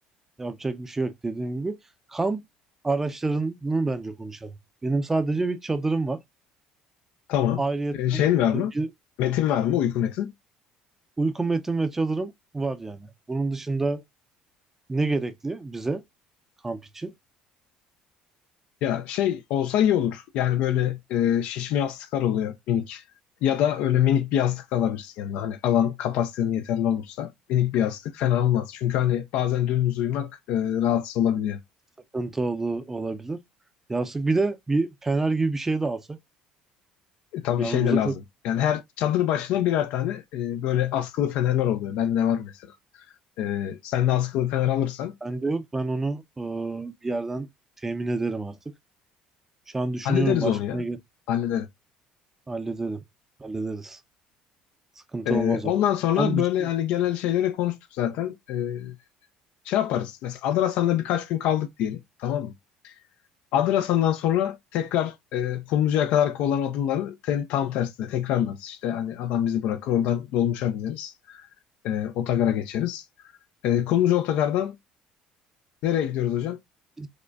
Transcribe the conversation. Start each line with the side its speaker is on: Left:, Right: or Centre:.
Right: yapacak bir şey yok dediğim gibi. Kamp araçlarını bence konuşalım. Benim sadece bir çadırım var.
Left: Tamam.
Right: Ayrıyetten
Left: E, şeyin var mı?
Right: e, bir
Left: Metin var mı? Uyku metin.
Right: uyku metim ve çadırım var yani. Bunun dışında ne gerekli bize kamp için?
Left: Ya şey olsa iyi olur. Yani böyle e, şişme yastıklar oluyor minik. Ya da öyle minik bir yastık da alabilirsin yanına. Hani alan kapasitenin yeterli olursa minik bir yastık fena olmaz. Çünkü hani bazen dümdüz uyumak e, rahatsız olabiliyor.
Right: Takıntı olu- olabilir. Yastık bir de bir fener gibi bir şey de alsak.
Left: E, tabii
Right: Yanımıza
Left: şey de lazım.
Right: çok
Left: Yani her çadır başına birer tane e, böyle askılı fenerler oluyor. Ben ne var mesela. E, sen de askılı fener alırsan
Right: bende yok. Ben onu e, bir yerden temin ederim artık. Şu an düşünüyorum
Left: hallederiz
Right: başka
Left: onu ya.
Right: ne ge-
Left: Hallederiz.
Right: hallederim. Hallederiz. Sıkıntı
Left: E,
Right: olmaz
Left: ondan
Right: o.
Left: sonra
Right: Şu an
Left: böyle
Right: düşün-
Left: hani genel şeylere konuştuk zaten. E, şey yaparız. Mesela Adrasan'da birkaç gün kaldık diyelim. Tamam mı? Adrasan'dan sonra tekrar e, Kumluca'ya kadar olan adımları ten- tam tersine tekrarlarız. İşte hani adam bizi bırakır oradan dolmuşa bineriz. E, otogara geçeriz. E, Kumluca otogardan nereye gidiyoruz hocam?
Right: Biz,